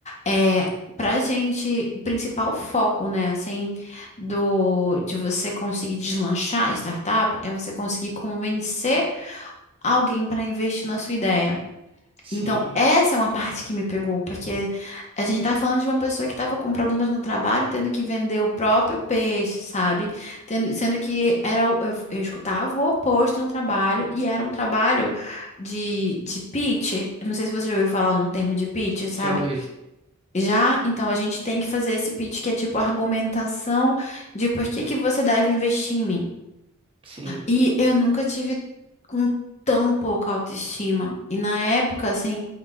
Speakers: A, on the left; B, on the right.
A: é, pra gente, o principal foco, né, assim, do, de você conseguir deslanchar a startup é você conseguir convencer alguém para investir na sua ideia.
B: sim,
A: Então, essa é uma parte que me pegou, porque a gente tá falando de uma pessoa que estava com problemas no trabalho, tendo que vender o próprio peixe, sabe? Tendo, sendo que era, o- eu, eu escutava o oposto no trabalho, e era um trabalho de, de pitch. Eu não sei se você já ouviu falar no termo de pitch, sabe?
B: já ouvi.
A: Já, então a gente tem que fazer esse pitch que é tipo argumentação de por que que você deve investir em mim.
B: Sim,
A: E eu nunca tive com tão pouca autoestima. E na época, assim,